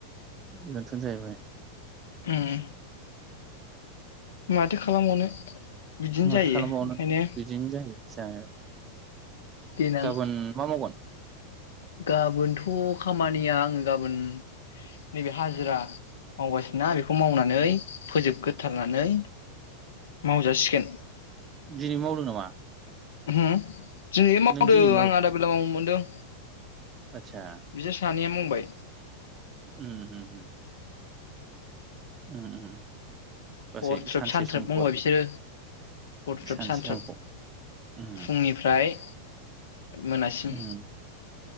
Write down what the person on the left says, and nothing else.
ओम माथो खालामबावनो बिदिनो
जायो
ओंखायनो
देनां
गाबोनथ' खामानिया आङो गाबोन नैबे हाजिरा मावगासिनो ना बेखौ मावनानै फोजोबग्रोथारनानै मावजासिगोन
होम दिनैबो मावदों
आं आदा बेला मावनो मोनदों।
बिसोर सानैया माव बाय
हरथ्रोब
सानथ्रोब
मावबाय
बिसोरो हरथ्रोब
सानथ्रोब
फुंनिफ्राय मोनासिम